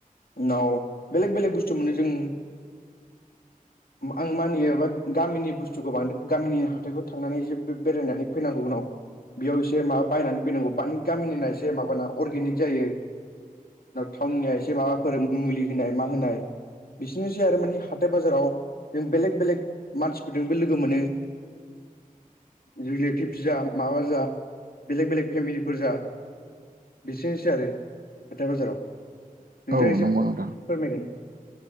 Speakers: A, on the left; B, on the right.
A: उनाव बेलेग बेलेग बुस्थु मोनो जों आं मानियो बा गामिनि बुस्थुखौ बां- गामिनि हाथाइखौ थांनानै एसे बेरायनानै फैनांगौ उनाव बेयाव एसे माबा बायनानै फैनांगौानि गामिनिना एसे माबाना अर्गेनिक जायो। थावननिया एसे माबाफोर मुलि होनाय मा होनाय बिसोरनोसै आरो माने हा हाथाय बाजाराव जों बेलेग बेलेग मानसिफोरजों बो लोगो मोनो रिलेटिभस जा माबा जा बेलेक बेलेग फेमिलिफोर जा बिसोरनोसै आरो हाथाय बाजाराव नोंथाङा
B: औ
A: एसे
B: नंगौ नोंथां
A: फोरमायगोन